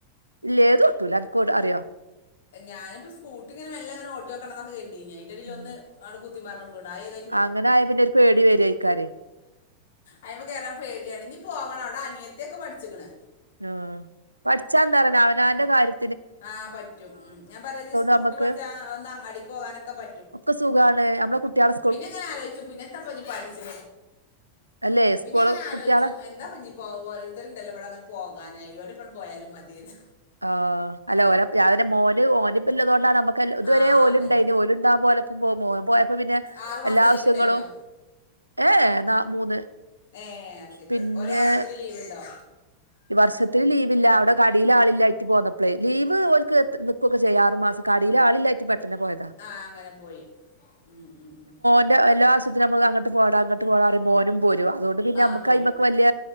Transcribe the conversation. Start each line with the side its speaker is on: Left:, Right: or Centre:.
Right: ഇല്ല ഏത് എത്തുല അക്ക് അറിയോ
Left: ഞാനിപ്പം സ്കൂട്ടിങ്ങനെ വല്ലാങ്ങനെ ഓട്ടോക്കണംക്കെ കേര്തീഞ്ഞെ അയ്ന്റെടീല്
Right: ഉം
Left: ഒന്ന് അഹ് കുത്തിമാറിന്ന് വീണ് അഹ് ഏതു
Right: അങ്ങനെ ആയ പിന്നെ ഒരു പേടി വരയ്ക്കാരം
Left: അയി്മ കേറാൻ പേടിയാണ് ഇഞ് പോവണം അവിടെ അനിയത്തൊക്കെ പഠിച്ചിക്ണ്
Right: ആഹ് പഠിച്ചാന്താലാറ്യാ അവനാന്റെ കാര്യ
Left: ആഹ് പറ്റും ഉം ഞ്ഞാ പറ്യാ ഇജ് സ്കൂട്ടി
Right: നമ്മക്ക്
Left: പഠിച്ച ആ ഒന്ന് അങ്ങാടിക്ക് പോകാനൊക്കെ പ
Right: ഒക്കെ സുഖാണ് മ്മളെ കുട്ടിളെ
Left: പിന്നെ ഇങ്ങനെ ആലോയ്ച്ചു പിന്നത്തപ്പഞ് പഠിച്ച
Right: അല്ലെ
Left: പിന്നെ
Right: സ്കൂള്
Left: എങ്ങനെ ആലോയ്ച്ചു
Right: കുട്ടികളെ
Left: എ എന്താ പ്പൊഞ്ഞിപ്പോ ഓരോരുത്തരുണ്ടല്ലോ ഇവിടെ ങ്ങനെ പോകാനായി ഓലെപ്പം പോയാലും മതിയെനു
Right: ആഹ് അല്ല ഓല രാവിലെ മോന് ഓന്ള്ളതുകൊണ്ടാണ് നമുക്ക് ഇതുവരെ
Left: ആ
Right: ഓലുണ്ടായിന്
Left: അതന്നെ
Right: ഓല് ഉണ്ടാവുമ്പോ ഓലെ പ മ്പോ മോൻ പോയപ്പോ പിന്നെ
Left: ആറ് മാസത്തെ
Right: എല്ലാ ആവശ്യങ്ങളും
Left: ലീവ് ഉണ്ടായിനോ
Right: എഹ് ഏഹ് ന്ന മൂന്ന്
Left: ഏഹ് അഹ്ശരി
Right: പിന്നെ
Left: ഓരോ വർഷത്തില് ലീവ്ണ്ടോ
Right: വർഷത്തിൽ ലീവില്ല അവിടെ കടിയില് ആളി ല്ലായ്ട്ട് പോന്നപ്പളേ ലീവ് ഓല്ക് എത്ര നിക്കൊക്ക ചെയ്യാം ആറ് മാസം കടില് ആളില്ലായിട്ട് പെട്ടെന്ന് പോയതാ
Left: ആഹ് അങ്ങനെ പോയി ഉം ഉം ഉം
Right: ന്റെ എല്ലാ ആസത്തിന്നും നമ്മക് അങ്ങട്ട് പോട അങ്ങട്ട് പോടാ പറയുമ്പോ ഓനും പോരും അതുകൊണ്ട് പിന്നെ
Left: ആ
Right: നമ്മക്ക്
Left: പോരും
Right: അയ്മക്ക് വല്യ